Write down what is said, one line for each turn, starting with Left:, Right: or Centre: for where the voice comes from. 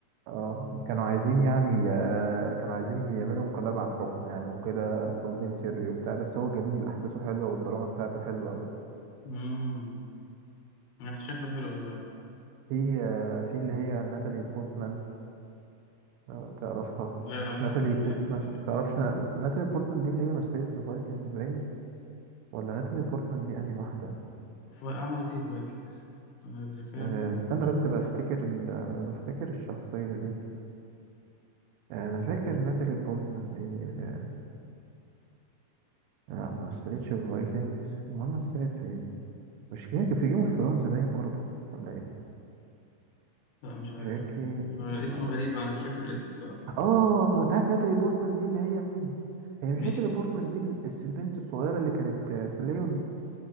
Right: اه كانوا عايزين يعني آه، كانوا عايزين بيعملوا انقلاب على الحكم يعني وكده تنظيم سري وبتاع بس هو جميل أحداثه حلوة والدراما بتاعته حلوة أوي
Left: امم آه، شكله حلو فعلا
Right: في آه، في اللي هي ناتالي بورتمان لو تعرفها
Left: لا لا مش
Right: ناتالي
Left: فاكر ال-
Right: بورتمان
Left: ال-
Right: تعرفش نا... ناتالي بورتمان دي اللي هي مثلت في فايكنجز باين ولا ناتالي بورتمان دي انهي واحدة
Left: الاسم عملت ايه الفايكنجز انا الذاكره
Right: أه
Left: ممكن ما
Right: استنى
Left: اجيبهاش
Right: بس بفتكر ال... بفتكر الشخصية دي آه، انا فاكر ناتالي بورتمان دي أه... لا ما مثلتش في فايكنجز امال مثلت في ايه مش جاكي في جيم اوف ثرونز باين برضو ولا ايه
Left: لا مش عارف
Right: جاكي
Left: آه،
Right: لما
Left: الاسم غريب انا مش فاكر الاسم بصراحه
Right: اه انت عارف ناتالي بورتمان دي اللي هي مين هي
Left: مين
Right: مش ناتالي بورتمان دي الس- البنت الصغيرة اللي كانت آه، في ليون